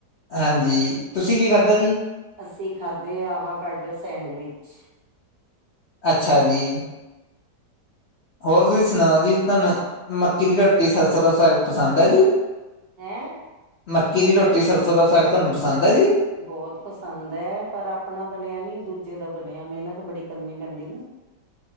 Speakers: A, on the left; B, on the right.
A: ਹਾਂਜੀ, ਤੁਸੀਂ ਕੀ ਖਾਧਾ ਜੀ?
B: ਅਸੀਂ ਖਾਧੇ ਆਵਾ ਕੱਢੋ ਸੈਂਡਵਿਚ?
A: ਅੱਛਾ ਜੀ, ਹੋਰ ਤੁਸੀਂ ਸੁਣਾਓ ਜੀ ਤੁਹਾਨੂੰ ਮੱਕੀ ਦੀ ਰੋਟੀ ਸਰਸੋਂ ਦਾ ਸਾਗ ਪਸੰਦ ਹੈ ਜੀ?
B: ਹੈਂ,
A: ਮੱਕੀ ਦੀ ਰੋਟੀ ਸਰਸੋਂ ਦਾ ਸਾਗ ਤੁਹਾਨੂੰ ਪਸੰਦ ਹੈ ਜੀ?
B: ਬਹੁਤ ਪਸੰਦ ਹੈ ਪਰ ਆਪਣਾ ਬਣਿਆ ਨੀ ਦੂਜੇ ਦਾ ਬਣਿਆ ਮਿਹਨਤ ਬੜੀ ਕਰਨੀ ਪੈਂਦੀ ਨਾ।